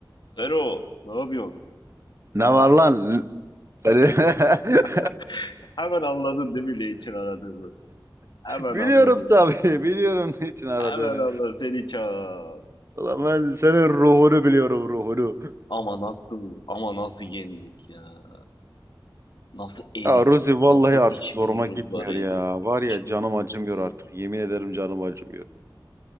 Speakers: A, on the left; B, on the right.
A: Sero, ne yapıyorsun?
B: Ne var lan? Seni- <laughs>
A: <laughs> Hemen anladın değil mi ne için aradığımı? Hemen
B: Biliyorum
A: anladın.
B: tabii. Biliyorum niçin aradığını.
A: Hemen anladın. Seni çağır.
B: Ulan ben senin ruhunu biliyorum ruhunu.
A: Ama nasıl, ama nasıl yendik ya? Nasıl eridin?
B: Ya Ruzi vallahi
A: Nasıl
B: artık
A: içimin
B: zoruma gitmiyor
A: ruhları
B: ya.
A: eridi? Böyle
B: Var
A: İçimin.
B: ya canım acımıyor artık. Yemin ederim canım acımıyor.